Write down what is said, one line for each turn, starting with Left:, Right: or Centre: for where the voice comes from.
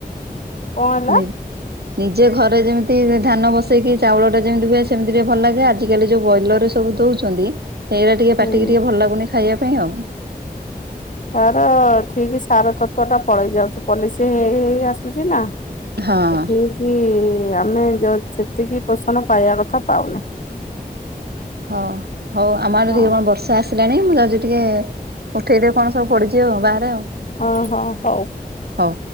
Left: କଣ ହେଲା
Right: ନି ନିଜେ ଘରେ ଯେମିତି ଧାନ ବସେଇକି ଚାଉଳଟା ଯେମିତି ହୁଏ ସେମିତି ଟିକେ ଭଲ ଲାଗେ ଆଜିକାଲି ଯୋଉ ବ୍ରଏଲର ରେ ସବୁ ଦଉଛନ୍ତି ସେଗୁଡା ଟିକେ
Left: ହୁଁ
Right: ପାଟିକି ଟିକେ ଭଲ ଲାଗୁନି ଖାଇବା ପାଇଁ ଆଉ।
Left: ତାର ଠିକି ସାର ତତ୍ଵ ଟା ପଳେଇ ଯାଉଛି ପଲିସି ହେଇ ହେଇ ଆସୁଛି ନା।
Right: ହଁ
Left: ସେ ଠିକି ଆମେ ଯୋ-ସେତିକି ପୋଷଣ ପାଇବା କଥା ପାଉନେ।
Right: ହଁ ହଉ ଆମ ଆଡେ
Left: ହଁ
Right: ଟିକେ କଣ ବର୍ଷ ର୍ଷା-ଆସିଲାଣି ମୁଁ ଯାଉଛି ଟିକେ ଉଠେଇଦେବି କଣ ସବୁ ପଡିଛିି ଆଉ ବାହାରେ ଆଉ।
Left: ହଁ ହଁ ହଉ।
Right: ହଉ।